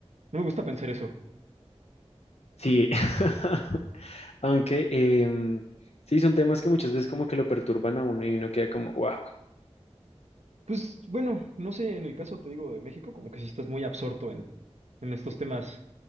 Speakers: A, on the right (about 80°); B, on the left (about 70°).
A: me gusta pensar eso.
B: Sí, <laughs> aunque em, sí, son temas que muchas veces como que lo perturban a uno y uno queda como, wow,
A: Pues bueno, no sé, en el caso te digo de México, como que sí estás muy absorto en, en estos temas